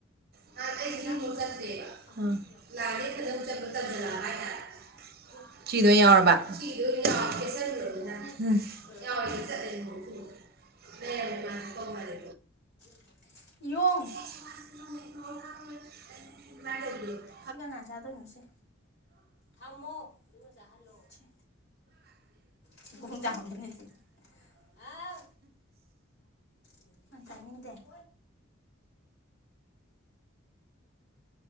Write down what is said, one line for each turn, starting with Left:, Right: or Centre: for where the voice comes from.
Right: ꯉꯍꯥꯟꯁꯦ ꯑꯩ ꯌꯨꯝ ꯂꯣꯝ
Left: ꯄꯨꯔꯛꯄꯅꯦ
Right: ꯆꯠꯇ꯭ꯔꯦꯕ
Left: ꯁꯤꯗ ꯑꯍꯨꯝ
Right: ꯑꯥ
Left: ꯄꯤꯔꯛ ꯑꯍꯨꯝ
Right: <unintelligible>
Left: ꯑꯁꯤꯗ ꯑꯩꯅ
Right: ꯇꯟꯖꯟꯂꯛꯑꯕ
Left: ꯊꯨꯒꯥꯏꯔ
Right: ꯍꯥꯏꯇꯥꯔꯦ
Left: ꯍꯥꯞꯆꯤꯜꯂꯛꯄ ꯕꯣꯛꯁꯇꯨꯗꯗꯤ
Right: ꯏꯆꯤꯗꯣ
Left: ꯍꯥꯞꯄ
Right: ꯑꯣꯏ ꯌꯥꯎꯔꯕ
Left: ꯌꯥꯗꯦ
Right: ꯏꯆꯦꯒꯤꯗꯣ ꯑꯣꯏ ꯌꯥꯎꯔꯕ <unintelligible>
Left: ꯃꯥꯗꯤ ꯀꯩꯅꯣ
Right: ꯌꯥꯎꯔꯦ
Left: ꯇꯧꯔꯅꯤ
Right: ꯆꯠꯂꯦꯕꯀꯣ ꯑꯃꯨꯛ ꯑꯗꯩ ꯑꯃꯨꯛ ꯃꯥꯁꯦ ꯀꯧꯅꯔꯦ
Left: <unintelligible> ꯌꯣꯡ
Right: <unintelligible> <unintelligible>
Left: ꯁꯤ ꯀꯅꯥꯅ ꯆꯥꯗꯣꯏꯅꯣ ꯁꯦ ꯊꯝꯃꯣ ꯑꯗꯨꯒꯥ ꯖꯥꯍꯜꯂꯣ ꯁꯤ ꯊꯤꯕꯨꯣꯡꯖꯥꯎ ꯅꯦꯁꯤ ꯑꯥꯎ ꯎ <unintelligible> ꯃ ꯆꯥꯅꯤꯡꯗꯦ <inaudible>